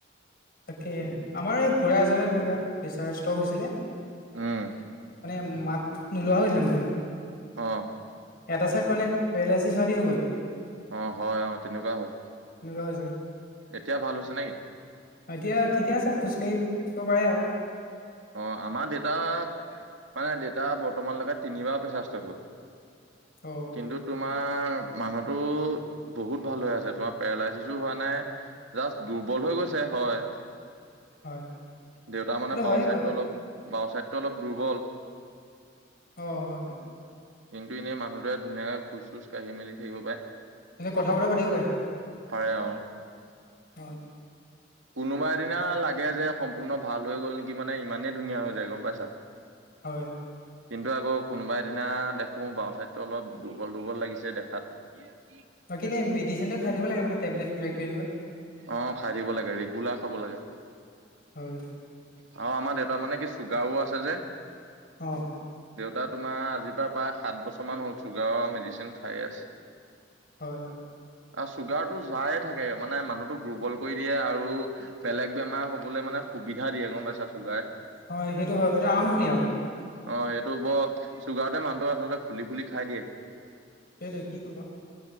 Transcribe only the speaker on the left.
তাকে আমাৰ এই খুৰা এজনে তেনেকুৱা প্ৰেচাৰ ষ্টক হৈছিলে।
মানে মাত নোলোৱা হৈছিলে মুঠেই।
এটা ছাইত মানে পেৰেলাইচিছ হোৱাদি হৈ গ'ল।
তেনেকুৱা হৈ যাই।
অ এতিয়া ঠিকে আছে, খোজকাঢ়িব পাৰে আও।
অ।
হয়
এইটো
হয়ে
বাৰু
অ হয়, হয়।
এতিয়া কথা বতৰা পাতিব পাৰে?
হয়।
হয়।
বাকী এনে মেডিচিনটো খাই থাকিব লাগে মানে টেবলেট কিবা কিবি এনেকুৱা।
হয়
অ‍ঁ
হয় হয়।
হয় সেইটো হয় ব এইটো আৰম্ভণি আও।
সেইটোৱে কি ক'বা